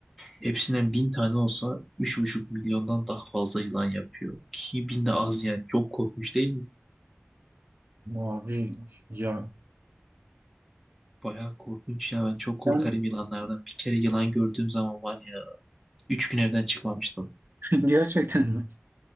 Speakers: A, in the centre; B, on the right (about 60°).
A: Hepsinden 1000 tane olsa 3,5 milyondan daha fazla yılan yapıyor. Ki 1000 de az yani. Çok korkmuş değil mi?
B: Abi ya.
A: Bayağı korkunç ya. Ben çok korkarım
B: Ben
A: yılanlardan. Bir kere yılan gördüğüm zaman var ya. Üç gün evden çıkmamıştım.
B: <laughs> gerçekten mi?